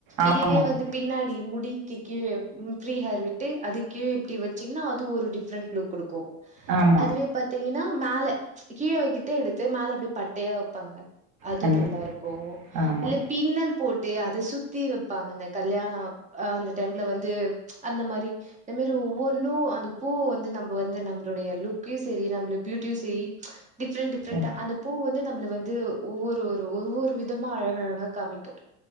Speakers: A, on the right; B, on the right.
A: ஆமாம்
B: இதுவே வந்து பின்னாடி முடி க்கு கீழ ம் ஃப்ரீ ஹேர் விட்டு அது கிழ இப்டி வச்சீங்கன்னா அது ஒரு டிஃப்ரெண்ட் லுக் குடுக்கு
A: ஆமா
B: அதுவே பாத்தீங்கன்னா மேல கீழ வெக்கத்தே எடுத்து மேல அப்டியே பட்டையா வப்பாங்க அது
A: கண்டிப்பா
B: நல்லா இருக்கு
A: ஆமா
B: இல்ல பின்னல் போட்டு அத சுத்தி வெப்பாங்க இந்த கல்யாண அ அந்த டைம்ல வந்து அந்த மாரி இந்த மேரி ஒவ்வொன்னு அந்த பூ வந்து நம்ம வந்து நம்மளுடைய லுக்கையு செரி நம்மளோட பியூட்டியு செரி டிஃப்ரெண்ட் டிஃப்ரெண்டா
A: ம்
B: அந்த பூ வந்து நம்மள வந்து ஒவ்வொரு ஒரு ஒவ்வொரு விதமா அழக அழகாக காமிக்கு